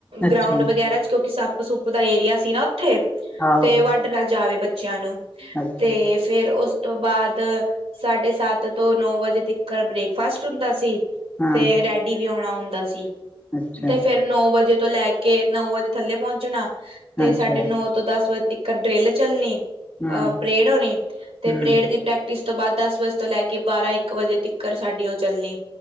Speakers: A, on the left; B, on the right.
A: ਅੱਛਾ
B: ਗਰਾਊਂਡ ਵਗੈਰਾ ਚ ਕਿਉਂਕਿ ਸੱਪ ਸੁੱਪ ਦਾ ਏਰੀਆ ਸੀ ਨਾ ਉੱਥੇ।
A: ਆਹੋ
B: ਤੇ ਵੱਢ ਨਾ ਜਾਵੇ ਬੱਚਿਆਂ ਨੂੰ
A: ਅੱਛਾ
B: ਤੇ ਫੇਰ ਉਸ ਤੋਂ ਬਾਅਦ ਸਾਢੇ ਸੱਤ ਤੋਂ ਨੌ ਵਜੇ ਤੱਕਰ ਬ੍ਰੇਕਫਾਸਟ ਹੁੰਦਾ ਸੀ
A: ਹਾਂ
B: ਤੇ ਰੈਡੀ ਵੀ ਆਉਣਾ ਹੁੰਦਾ ਸੀ।
A: ਅੱਛਾ
B: ਤੇ ਫੇਿਰ ਨੌ ਵਜੇ ਤੋਂ ਲੈ ਕੇ ਨੌ ਵਜੇ ਥੱਲੇ ਪਹੁੰਚਣਾ ਤੇ
A: ਅੱਛਾ
B: ਸਾਡੇ ਨੌ ਤੋਂ ਦਸ ਵਜੇ ਤੱਕ ਇੱਕ ਡਰਿੱਲ ਚੱਲਣੀ।
A: ਹਾਂ
B: ਅਹ ਪਰੇਡ ਹੋਣੀ ਤੇ
A: ਹੂੰ
B: ਪਰੇਡ ਦੀ ਪ੍ਰੈਕਟਿਸ ਤੋਂ ਬਾਅਦ ਦਸ ਵਜੇ ਤੋਂ ਲੈ ਕੇ ਬਾਰ੍ਹਾਂ ਇੱਕ ਵਜੇ ਤੱਕ ਸਾਡੀ ਉਹ ਚੱਲਣੀ